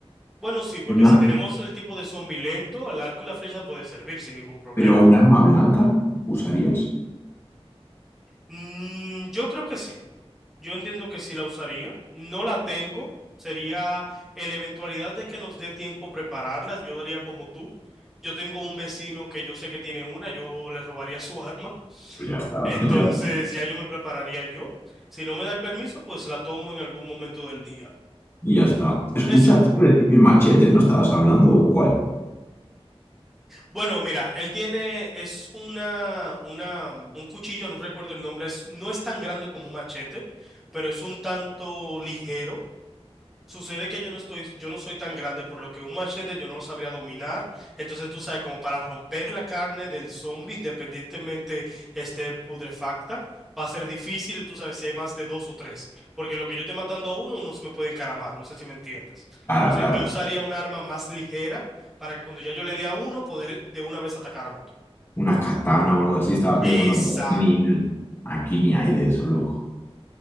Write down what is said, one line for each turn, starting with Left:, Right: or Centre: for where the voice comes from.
Centre: Bueno, sí, porque
Left: Una-
Centre: si tenemos el tipo de zombie lento, el arco y la flecha puede servir sin ningún problema.
Left: ¿Pero un arma blanca usarías?
Centre: Mm, yo creo que sí. Yo entiendo que sí la usaría. No la tengo. Sería en la eventualidad de que nos dé tiempo prepararlas. Yo haría como tú. Yo tengo un vecino que yo sé que tiene una. Yo le robaría su <laughs> arma.
Left: Pues ya está,
Centre: Entonces
Left: <laughs> ya,
Centre: ya yo me prepararía yo. Si no me da el permiso, pues la tomo en algún momento del día.
Left: y ya está. Escucha,
Centre: Exacto.
Left: te iba a decir, el machete, ¿no estabas hablando o cuál?
Centre: Bueno, mira, él tiene, es una, una, un cuchillo, no recuerdo el nombre, es, no es tan grande como un machete, pero es un tanto ligero. Sucede que yo no estoy, yo no soy tan grande, por lo que un machete yo no lo sabría dominar. Entonces, tú sabes, como para romper la carne del zombie, independientemente esté putrefacta, va a ser difícil, tú sabes, si hay más de dos o tres. Porque lo que yo esté matando a uno, uno se me puede encaramar. No sé si me entiendes.
Left: Claro,
Centre: Entonces,
Left: claro.
Centre: yo usaría un arma más ligera para que cuando ya yo le dé a uno, poder de una vez atacar al otro.
Left: Una katana o algo así, estaba
Centre: Exacto.
Left: pensando, pues, ni, aquí ni hay de eso, loco.